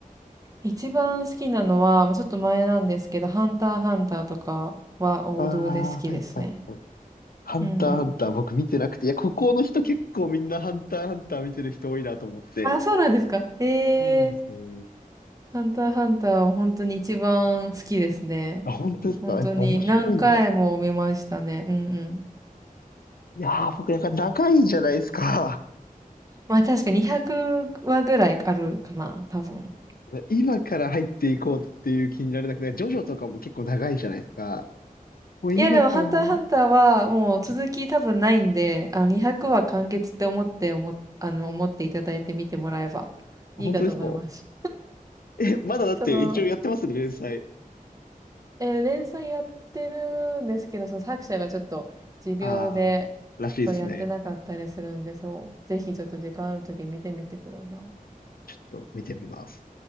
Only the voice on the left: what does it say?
ああー、はい、はい、はい。ハンター、
ハンター、僕見てなくて。いや、ここの人結構みんなハンター、ハンター見てる人多いなと思って。
そうなんですね。
あ、本当ですかやっぱ面白いんだ。
いやー、僕なんか長いじゃないですか。
今から入っていこうっていう気になれなくて、ジョジョとかも結構長いじゃないですか。もう今から、
本当ですかえ、まだだって一応やってますね、
連載。
あー、らしいですね。
ちょっと見てみます。